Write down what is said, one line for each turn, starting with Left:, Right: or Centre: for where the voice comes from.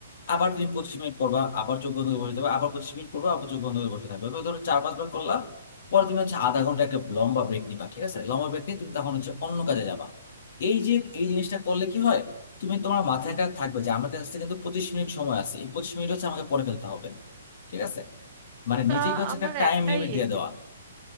Left: আবার তুমি পঁচিশ মিনিট পড়বা আবার চোখ বন্ধ করে বসে থাকবে আবার পঁচিশ মিনিট পড়বা আবার চোখ বন্ধ করে বসে থাকবে এভাবে ধরো চার পাঁচবার করলা পরে তুমি হচ্ছে আধা ঘন্টা একটা লম্বা ব্রেক নিবা ঠিক আছে লম্বা ব্রেক নিয়ে তুমি তখন হচ্ছে অন্য কাজে যাবা এই যে এই জিনিসটা করলে কি হয় তুমি তোমার মাথায় কাজ থাকবে যে আমার কাছে কিন্তু পঁচিশ মিনিট সময় আছে এই পঁচিশ মিনিট হচ্ছে আমাকে পড়ে ফেলতে হবে ঠিক আছে মানে
Right: তা
Left: নিজেকে হচ্ছে
Right: আমার
Left: একটা টাইম
Right: একটাই
Left: লিমিট দিয়ে
Right: এ,
Left: দেওয়া